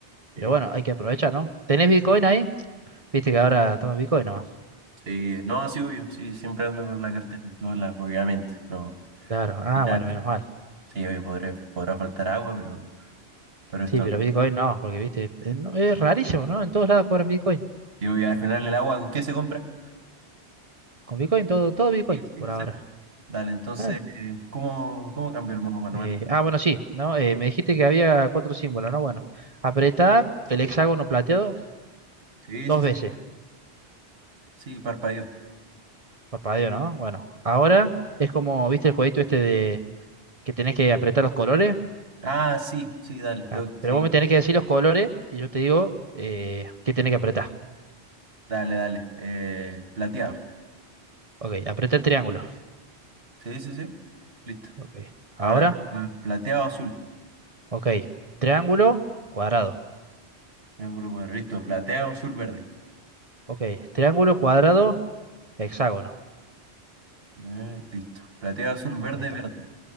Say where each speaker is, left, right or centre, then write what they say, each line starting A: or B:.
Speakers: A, on the right; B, on the right.
A: Sí,
B: Pero bueno, hay que aprovechar, ¿no? ¿Tenés Bitcoin ahí? Viste que ahora toma Bitcoin nomás.
A: sí, no, sí, obvio, sí, siempre ando con la cartera en todos lados, obviamente, no.
B: Claro. Ah,
A: Vital.
B: bueno, menos mal.
A: Sí, obvio, podré, podrá faltar agua, pero, pero esto
B: Sí, pero
A: no.
B: Bitcoin no, porque viste, eh, no- es rarísimo, ¿no? En todos lados cobran Bitcoin.
A: Sí, obvio, al final el agua, ¿qué se compra?
B: Con Bitcoin, todo, todo Bitcoin
A: Sí, sí, exacto.
B: por ahora.
A: Dale, entonces,
B: Claro.
A: eh, ¿cómo, cómo cambió el modo manual?
B: Eh, ah, bueno, sí, ¿no? Eh, me dijiste que había cuatro símbolos, ¿no? Bueno, apretá el hexágono plateado
A: Sí,
B: dos
A: sí,
B: veces.
A: sí, sí, parpadeó.
B: Parpadeo, ¿no? Bueno, ahora es como, ¿viste el jueguito este de que tenés que apretar los colores?
A: Ah, sí, sí, dale, tengo
B: Claro.
A: que
B: Pero
A: seguir.
B: vos me tenés que decir los colores y yo te digo eh, qué tenés que apretar.
A: Dale, dale. Eh, plateado.
B: Ok, apreté el triángulo.
A: Sí, sí, sí. Listo.
B: Ok. Ahora,
A: Ahora, ah, plateado azul.
B: ok. Triángulo, cuadrado.
A: Triángulo cuadrado. Listo. Plateado azul verde.
B: Ok. Triángulo, cuadrado, hexágono.
A: Eh, listo. Plateado azul verde
B: Ahí está.
A: verde.